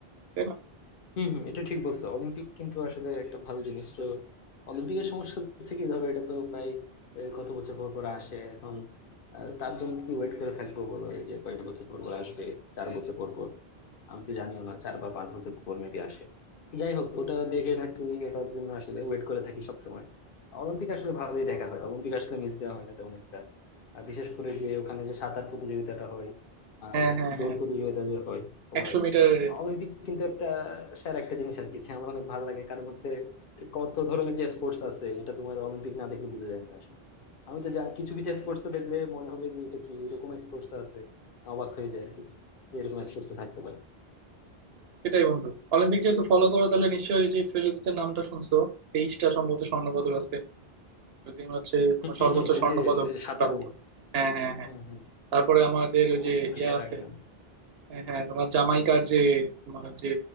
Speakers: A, on the right; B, on the left.
A: তাই না
B: হম হম এটা ঠিক বলছো অলিম্পিক কিন্তু আসলে একটা ভালো জিনিস তো অলিম্পিকের সমস্যা হচ্ছে কি ধরো এটা তো প্রায় আহ, কত বছর পর পর আসে এখন আহ, তার জন্য কি ওয়েট করে থাকবো বলো এই যে কয়েক বছর পর পর আসবে চার বছর পর পর আমি তো জানিও না চার বা পাঁচ বছর পর মেবি আসে যাই হোক ওটা দেখে থাকি এটার জন্য আসলে ওয়েট করে থাকি সবসময় অলিম্পিক আসলে ভালোই দেখা হয় অলিম্পিক আসলে মিস দেওয়া হয় না তেমন একটা আর বিশেষ করে যে ওখানে যে সাঁতার প্রতিযোগিতাটা হয় আর
A: হ্যাঁ হ্যাঁ
B: দৌড়
A: হ্যাঁ
B: প্রতিযোগিতা যে হয় তোমার
A: একশো মিটার রেস
B: অলিম্পিক কিন্তু একটা স্যার একটা জিনিস আর কি যে আমার অনেক ভালো লাগে কারণ হচ্ছে কত ধরনের যে স্পোর্টস আছে এটা তোমার অলিম্পিক না দেখলে বোঝা যায় না আসলে আমি তো যা কিছু কিছু স্পোর্টস দেখলে মনে হবে যে এটা কি এরকম স্পোর্টস আছে অবাক হয়ে যায় আর কি যে এরকম স্পোর্টস থাকতে পারে
A: সেটাই বন্ধু অলিম্পিক যেহেতু ফলো করো তাহলে নিশ্চয়ই যে ফিলিপস এর নামটা শুনছো তেইশটা সম্ভবত স্বর্ণ পদক আছে টিম হচ্ছে তোমার
B: হম
A: সর্বোচ্চ
B: হম এই
A: স্বর্ণ
B: যে
A: পদক
B: সাঁতারু
A: প্রাপ্ত হ্যাঁ হ্যাঁ হ্যাঁ
B: হুম হুম
A: তারপরে আমাদের ওই
B: ও
A: যে
B: তো
A: ইয়া
B: সেরা
A: আছে
B: একজন
A: হ্যাঁ হ্যাঁ, তোমার জামাইকার যে তোমার যে